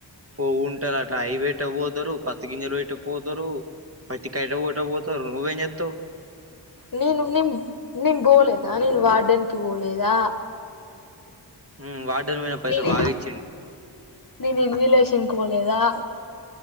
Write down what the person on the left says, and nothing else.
నేను ని నేన్ పోలేదా నేను వార్డెన్ కి పోలేదా
నే ని
నేను ఎన్విలేషన్ కి పోలేదా